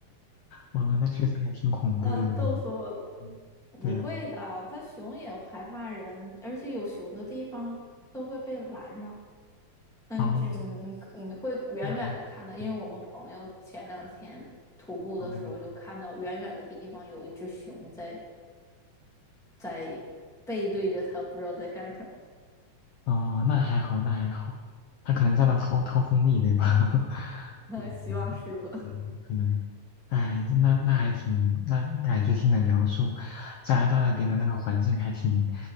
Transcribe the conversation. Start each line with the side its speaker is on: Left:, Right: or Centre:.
Left: 哇，那确实还挺恐怖的呢
Centre: 啊，逗死我了！
Left: 嗯，
Centre: 不会的，
Left: 对呀，
Centre: 它熊也害怕人，而且有熊的地方都会被拦上。嗯，
Left: 哦，
Centre: 这嗯你你会远远的看到，
Left: 那还，
Centre: 因为我们朋友前两天徒步的时候就看到远远的地方有一只熊在
Left: 嗯哦。
Centre: 在背对着他，不知道在干什么。
Left: 哦，那还好，那还好，他可能在那掏掏蜂蜜，
Centre: <laughs>
Left: 对吧？<laughs> 嗯，
Centre: 希望是吧？
Left: 嗯可能，哎，那那还挺，那感觉听你的描述，加拿大那边的那个环境还挺，
Centre: 嗯